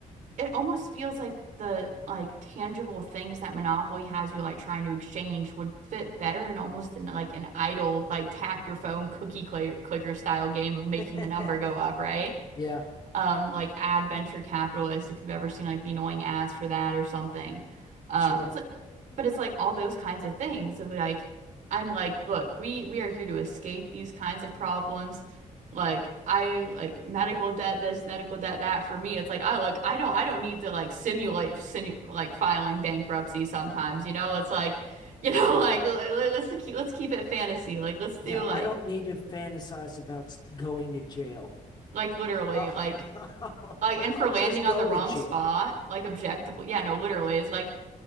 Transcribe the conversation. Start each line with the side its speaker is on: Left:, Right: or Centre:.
Right: it almost feels like the like tangible things that Monopoly has you like trying to exchange would fit better in almost in like an idle like tap your phone cookie cl clicker style game of making
Left: <laughs>
Right: the number go up, right?
Left: Yeah.
Right: um like ad venture capitalists if you've ever seen like the annoying ads for that or something. Um
Left: Sure.
Right: it's like but it's like all those kinds of things of like I'm like, look, we we are here to escape these kinds of problems. Like I like medical debt this, medical debt that for me. It's like I look, I don't I don't need to like simulate simu like filing bankruptcy sometimes, you know? It's like, you know, <laughs> like let- let- let's keep let's keep it fantasy. Like let's do
Left: Yeah,
Right: like
Left: I don't need to fantasize about s- going to jail.
Right: like literally
Left: I'll,
Right: like
Left: <laughs>
Right: Like, and
Left: I'll
Right: for landing
Left: just go
Right: on the wrong
Left: to jail.
Right: spot, like objectively, yeah, no, literally, it's like,